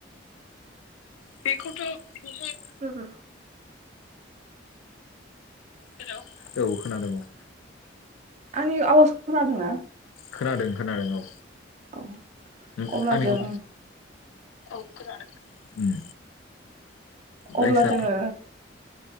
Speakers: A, on the left (about 80°); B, on the right (about 35°).
A: बेखौथ' <unintelligible>
B: र' र'
A: हेलौ औ खोनादों औ
B: आंनि आवाजखौ खोनादोंना?
A: खोनादों खोनादों औ
B: औ
A: नों
B: अब्ला
A: आंनिखौ
B: जों
A: औ खोनादों। उम बायसा
B: अब्ला जोङो